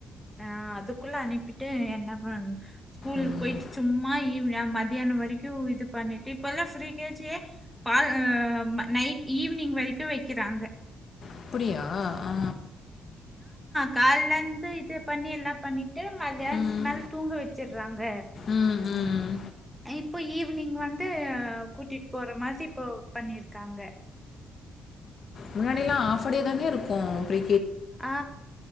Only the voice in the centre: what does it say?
ஆ அதுக்குள்ள அனுப்பிட்டு என்னப் வந் ஸ்கூலு
போயிட்டு சும்மா ஈவ்யா மதியானோ வரைக்கு இது பண்ணிட்டு இப்போல்லா ஃப்ரீ கே ஜி கே பால் அ, ம நைட் ஈவினிங் வரைக்கு வைக்கிறாங்க
கால்லந்து இது பண்ணி எல்லா பண்ணிட்டு மத்யான்துக்
மேல் தூங்க வெச்சுற்றாங்க
இப்போ ஈவினிங் வந்து கூட்டிட் போற மாரி இப்போ பண்ணிருக்காங்க
அ